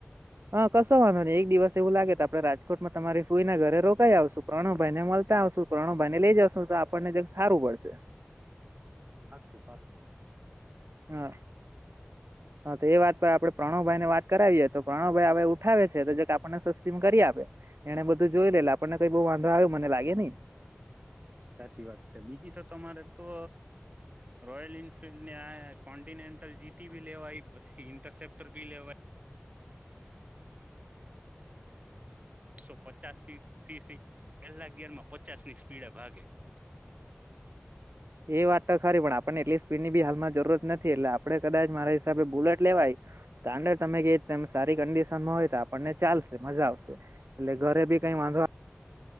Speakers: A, on the right (about 80°); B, on the right (about 35°).
A: હા કશો વાનો ને એક દિવસ એવું લાગે ત આપણે રાજકોટમાં તમારી ફૂઈને ઘરે રોકાઈ આવશું પ્રાણુભાઈને મળતા આવશું પ્રાણુભાઈને લઈ જાવશું તો આપણને સારું પડશે
B: આું પાક
A: હા હા તો એ વાત પણ આપડે પ્રણવભાઈ ને વાત કરાવીએે તો પ્રણવભાઈ હ ઉઠાવે છે તો જે આપને સસ્તી કરી આપ એને બધું જોઈ લેલ આપણને કઈ બ વાંધો આવ્યો મને લાગે નને
B: સાચી વાત છે બીજી તો તમારે તો રોયલ ન્ફિલ્ડ ને આ કોન્ટિનેન્ટલ જીટી બી લેવાય પછી ઇન્ટરસેપ્ટર બી લેવાય એકસો પચાસી સી પહેલા ગેરમાં પચાસ ની સ્પીડ ભાગે <unintelligible>
A: એ વાત તો ખરી પણ આપણને એટલી સ્પીડ ની બી હાલમાં જરૂરત નથી એટલે આપડે કદાચ મારા હિસાબે બુલેટ લેવાય સ્ટાન્ડર્ડ તમે કે સારી કન્ડિશનમાં હોય તો આપણને ચાલશે મજા આવશે એટલે ઘરે બી કઈ વાંધો